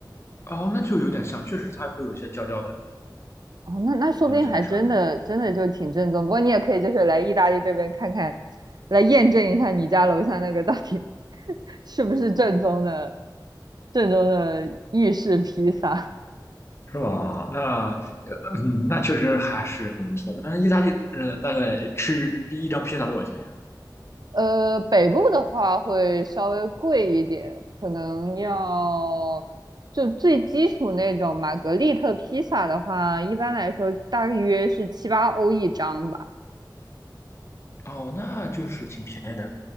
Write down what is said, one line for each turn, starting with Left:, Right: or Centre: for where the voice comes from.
Left: 哦，那就有点像，确实它会有一些焦焦的
Right: 哦，那那说不定还真的真的就挺正宗。
Left: 东西在上面，
Right: 不过你也可以就是来意大利这边看看，来验证一下你家楼下那个到底 <laughs> 是不是正宗的正宗的意式披萨。
Left: 是吧？那嗯，那确实还是很不错的。但是意大利，嗯，大概吃一张披萨多少钱？
Right: 呃，北部的话会稍微贵一点，可能要就最基础那种玛格丽特披萨的话，一般来说大约是七八欧一张吧。
Left: 哦，那就是挺便宜的。